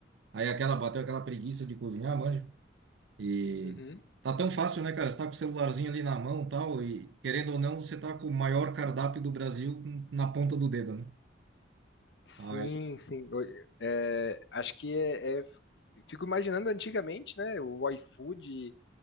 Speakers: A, on the right; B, on the left.
A: aí aquela bateu aquela preguiça de cozinhar, manja. E
B: Uhum.
A: tá tão fácil, né, cara? Você tá com o celularzinho ali na mão, tal, e querendo ou não, você tá com o maior cardápio do Brasil na ponta do dedo, né?
B: Sim,
A: Aí,
B: sim. Oi, é, acho que é, é- Fico imaginando antigamente, né? O iFood,